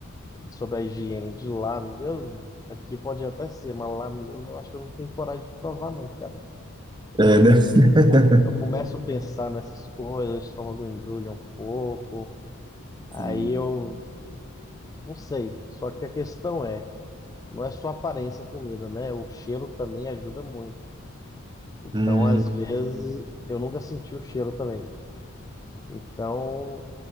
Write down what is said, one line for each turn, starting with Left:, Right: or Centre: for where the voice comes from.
Left: sobre a higiene de lá mesmo, aqui pode até ser, mas lá mesmo eu acho que eu não tenho coragem de provar, não, cara.
Right: É, né? <laughs>
Left: Com- Eu começo a pensar nessas coisas, o estômago embrulha um pouco, aí
Right: Sim.
Left: eu Não sei. Só que a questão é, não é só a aparência a comida, né? O cheiro também ajuda muito. Então,
Right: Hum.
Left: às vezes, eu nunca senti o cheiro também. Então,